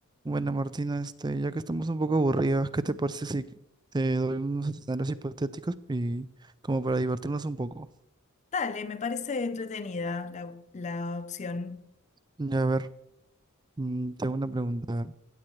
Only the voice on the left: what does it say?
Dale, me parece entretenida la, la opción.